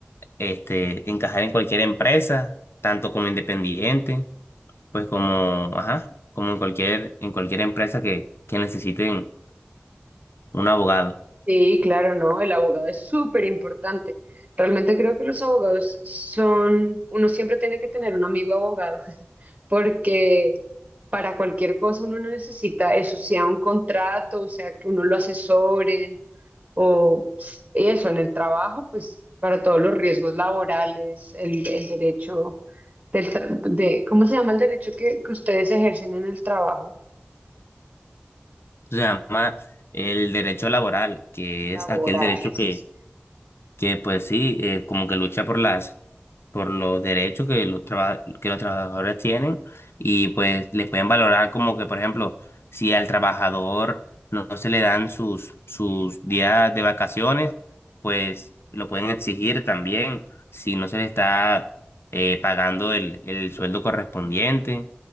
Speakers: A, on the left; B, on the right.
A: este, encajar en cualquier empresa, tanto como independiente pues como, ajá, como en cualquier, en cualquier empresa que, que necesiten un abogado.
B: Sí, claro, no, el abogado es súper importante. Realmente creo que los abogados son, uno siempre tiene que tener un amigo abogado, <laughs> porque para cualquier cosa uno necesita eso, sea un contrato, o sea que uno lo asesoren, o s- eso, en el trabajo, pues para todos los riesgos laborales, el, el derecho del, tra- de, ¿cómo se llama el derecho que, que ustedes ejercen en el trabajo?
A: Se llama el derecho laboral, que
B: Laborales.
A: es aquel derecho que que pues sí, eh, como que lucha por las, por los derechos que los traba- que los trabajadores tienen y pues les pueden valorar como que, por ejemplo, si al trabajador no, no se le dan sus, sus días de vacaciones, pues lo pueden exigir también si no se le está eh, pagando el, el sueldo correspondiente.